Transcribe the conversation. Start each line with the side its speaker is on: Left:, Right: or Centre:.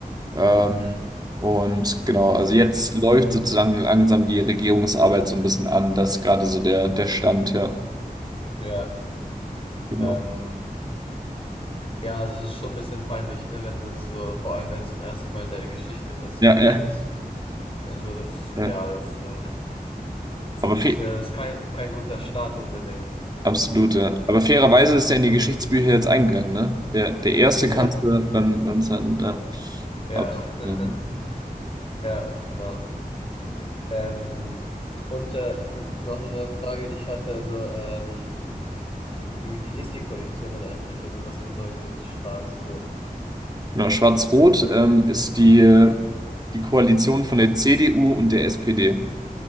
Right: ähm,
Left: Mhm.
Right: und genau, also jetzt läuft sozusagen langsam die Regierungsarbeit so ein bisschen an. Das ist gerade so der, der Stand, ja.
Left: Ja.
Right: Genau.
Left: Ähm. Ja, also es ist schon ein bisschen peinlich, ne, wenn es so, vor allem wenn es zum ersten Mal in der Geschichte passiert,
Right: Ja, ja,
Left: dass das, also das, ja,
Right: ja.
Left: das, äh, das
Right: Aber
Left: ist nicht,
Right: fe
Left: äh, das ist kein, kein guter Start unbedingt.
Right: absolut, ja. Aber fairerweise ist er in die Geschichtsbücher jetzt eingegangen, ne? Der, der erste
Left: Ja,
Right: Kanzler beim, beim zweiten, ja.
Left: ja,
Right: Aber,
Left: <laughs>
Right: ähm,
Left: ja, genau. Ähm, und äh, n- noch eine Frage, die ich hatte, also, ähm, wie, wie ist die Koalition denn eigentlich? Also, was bedeutet Schwarz-Rot?
Right: Genau, Schwarz-Rot ähm, ist die, die Koalition von der CDU und der SPD.